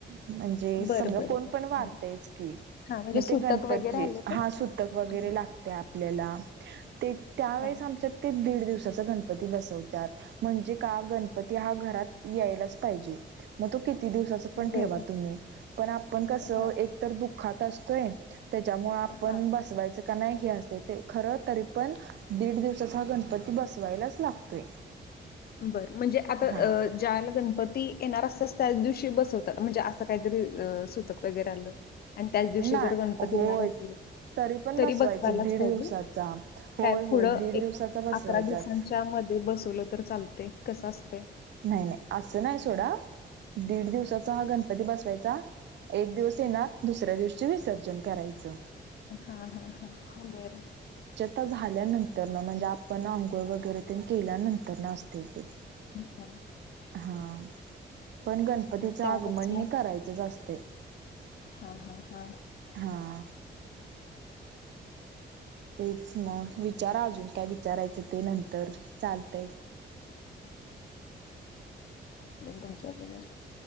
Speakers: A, on the right (about 75°); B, on the left (about 55°).
A: म्हणजे सगळं
B: बरं, बरं,
A: कोण
B: बरं.
A: पण वारतयच
B: हां,
A: की
B: हां. म्हणजे
A: मग
B: सुतक
A: ते गणपतीच
B: वगैरे आलं तर
A: हा सुतक वगैरे
B: हां,
A: लागते आपल्याला त्या वळेस
B: हां.
A: आमच्या दीड दिवस दिवसाचा गणपती बसावता म्हणजे का गणपती हा घरात यायलाच पाहिजे मग तो किती दिवसाच पण
B: बरं.
A: ठेवा तुम्ही पण आपण कस
B: हां,
A: एकतर दुःखात असतो य त्याच्यामुळे आपण
B: हां.
A: बसवायचं का नाही हे असते. ते खर तरी पण दीड दिवसाचा हा गणपती बसवायलाच लागतोय
B: बर म्हणजे आता
A: हा
B: ज्यावेळेला गणपती येणार असतो. त्या दिवशी बसवतात म्हणजे असं काहीतरी सुतक वगैरे आलं. आणि त्याच दिवशी
A: नाही
B: जर गणपती
A: होय
B: येणार असली.
A: पण
B: तरी
A: बसवायचं
B: बसवायलाच
A: दीड
B: पाहिजे
A: दिवसाचा होय
B: का
A: होय
B: पुढं
A: दीड
B: एक
A: दिवसाचा बसवायचाच
B: अकरा दिवसांच्या मध्ये बसवलं तर चालते कसं असते
A: नाही नाही असं नाही सोडा दीड दिवसाचा हा गणपती बसवायचा. एक दिवस येणार दुसऱ्या दिवशी विसर्जन करायचं
B: हा! हा! हा बरं,
A: आता झाल्यानंतर म्हणजे आपण आंघोळ वगैरे ते केल्यानंतर न असते ते
B: हां,
A: हा पण गणपतीचं
B: त्यालाच
A: आगमन हे करायचच असते.
B: हा-हा हा!
A: हा तेच मग विचार अजून काय विचारायचं ते नंतर चालतय.
B: <inaudible> तुमच्या सबर